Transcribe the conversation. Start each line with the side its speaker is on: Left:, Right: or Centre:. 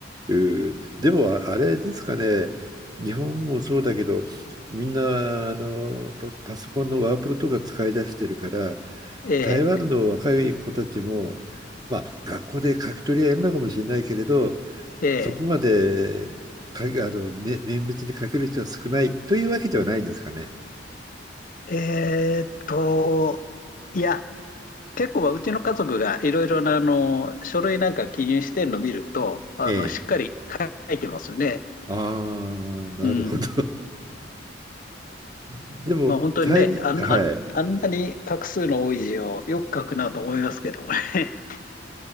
Right: うんでも、あれですかね。日本もそうだけど、みんな、あの、パパソコンのワープロとか使い出してるから、
Left: え
Right: 台湾の若い子たちも、まあ、学校で書き取りはやるのかもしれないけれど、
Left: ええ
Right: そこまでかあの、ね、綿密に書ける人は少ないというわけではないんですかね。
Left: ええーっと、いや、結構はうちの家族がいろいろなあの書類なんか記入してるのを見ると、あのしっかり
Right: ええ。
Left: 書いてますよね。
Right: ああ、なるほど。
Left: うん。
Right: <laughs> でも、
Left: まあ本当にね、
Right: 対に、
Left: あん、
Right: はい。
Left: あ、あんなに画数の多い字をよく書くなと思いますけどもね。